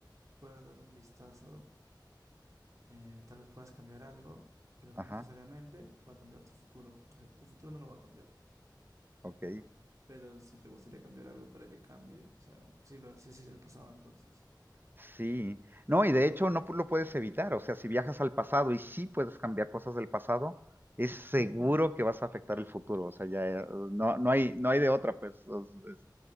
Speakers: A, on the right; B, on the right.
A: puedas dar un vistazo eh, tal vez puedas cambiar algo, pero
B: Ajá,
A: no necesariamente va a cambiar tu futuro. O sea, tu futuro no lo va a cambiar.
B: ok.
A: Pero si te gustaría cambiar algo para que cambie, o sea, sí, lo, sí, sí, sí, lo pasaba entonces.
B: Sí. No, y de hecho no pu- lo puedes evitar. O sea, si viajas al pasado y sí puedes cambiar cosas del pasado, es seguro
A: Ujú.
B: que vas a afectar el futuro. O sea, ya eh, no, no hay, no hay de otra, pues. Es, es-